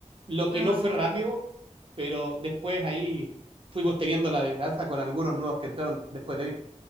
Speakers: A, on the right; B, on the left.
A: Lo
B: No,
A: que no fue
B: no,
A: rápido,
B: no.
A: pero después ahí fuimos teniendo la venganza con algunos nuevos que entraron después de mí.